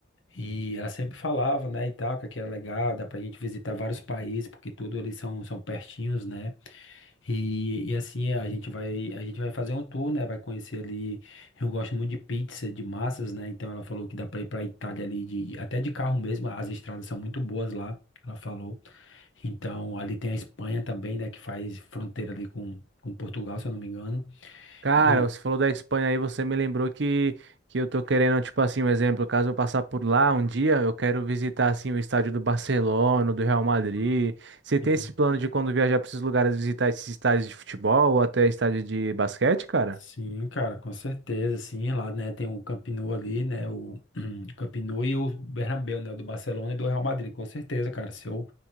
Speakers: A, on the left; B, on the right.
A: E ela sempre falava, né, e tal, que aqui era legal, dá pra gente visitar vários países, porque tudo ali são, são pertinhos, né? E, e assim, a gente vai, a gente vai fazer um tour, né? Vai conhecer ali. Eu gosto muito de pizza, de massas, né? Então ela falou que dá pra ir pra Itália ali, de, de- até de carro mesmo, as estradas são muito boas lá, ela falou. Então ali tem a Espanha também, né, que faz fronteira ali com, com Portugal, se eu não me engano.
B: Cara,
A: E.
B: você falou da Espanha aí, você me lembrou que, que eu tô querendo, tipo assim, um exemplo, caso eu passar por lá um dia, eu quero visitar, assim, o estádio do Barcelona, do Real Madrid.
A: Ah,
B: Você
A: sim.
B: tem esse plano de quando viajar para esses lugares, visitar esses estádios de futebol ou até estádio de basquete, cara?
A: Sim, cara, com certeza, sim, lá, né, tem o Camp Nou ali, né, o <clears throat> Camp Nou e o Bernabéu, né, do Barcelona e do Real Madrid, com certeza, cara, se eu,